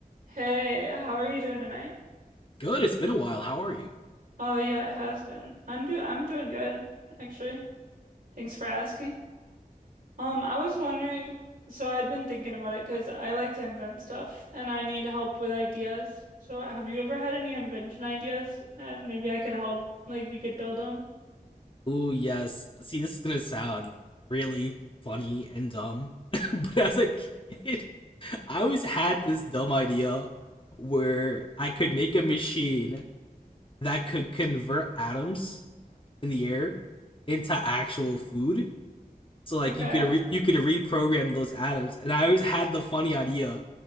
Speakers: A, on the right (about 65°); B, on the left (about 35°).
A: Hey, how are you doing tonight?
B: Good. It's been a while. How are you?
A: Oh yeah, it has been. I'm do I'm doing good, actually. Thanks for asking. Um, I was wondering, so I'd been thinking about it because I like to invent stuff and I need help with ideas. So have you ever had any invention ideas? And maybe I could help, like we could build them.
B: Ooh, yes. See, this is gonna sound really funny and dumb, <laughs> but as a kid, I always had this dumb idea where I could make a machine that could convert atoms in the air into actual food. So like
A: Okay.
B: you could re- you could reprogram those atoms, and I always had the funny idea